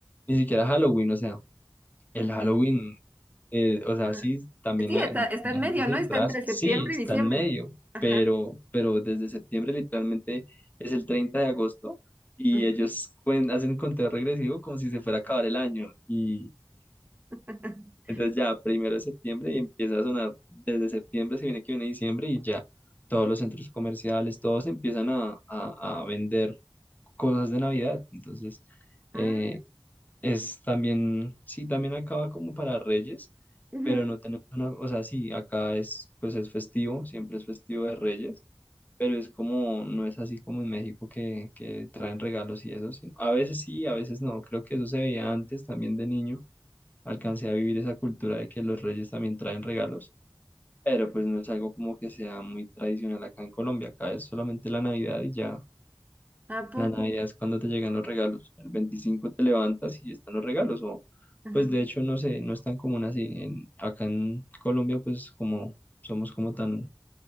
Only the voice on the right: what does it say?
ajá.
Sí,
está, está
en medio,
¿no?
Está entre septiembre
y diciembre.
Ajá.
ajá.
<laughs>
Ah,
ujú.
¿A poco?
Ajá.